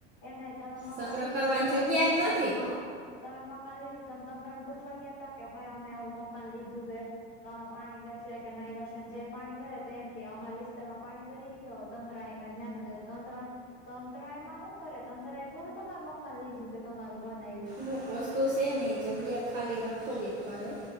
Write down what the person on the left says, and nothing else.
એમ ન તમે મકાન
લીધુ
ત
હા તમે મકાન લીધું તમે તંત્ર ને પૂછવા ગયા તા કે ભાઈ અમે આવું મકાન લીધું હ તો અમે પાણી ઘરશે કે નહી ગરશે જે પાણી ઘરે તો એમ કે અમારા વિસ્તારમાં પાણી ગરી ગય તંત્ર એ ક ધ્યાન ન દે તંત્ર તંત્ર એમાં શું કરે તત્ર એ થોડું તમાર મકાન લીધું કે તમારું બનાવુ